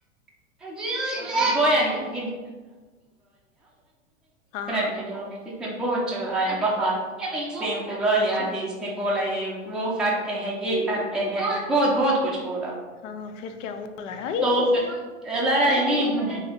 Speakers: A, in the centre; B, on the left.
A: <unintelligible> <unintelligible> سمرن
B: ہاں
A: کے جس نے بہت چللایا بہار اسپین کو گال
B: اچھا
A: آدیش بولا یہ وہ کرتے ہیں یہ کرتے ہیں بہت بہت کچھ بولا
B: ہاں پھر کیا ہوا لڑائی
A: تو
B: ہوئی
A: پھر لڑائی نہیں